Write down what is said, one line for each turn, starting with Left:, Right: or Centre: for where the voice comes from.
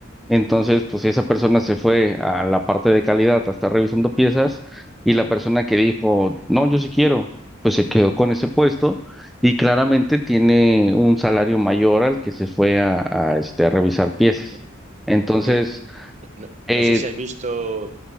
Centre: Entonces, pues esa persona se fue a la parte de calidad a estar revisando piezas y la persona que dijo, no, yo sí quiero, pues se quedó con ese puesto y claramente tiene un salario mayor al que se fue a, a, este, a revisar piezas.
Right: ¿no?
Centre: Entonces,
Right: Aunque no,
Centre: eh,
Right: no sé si has visto,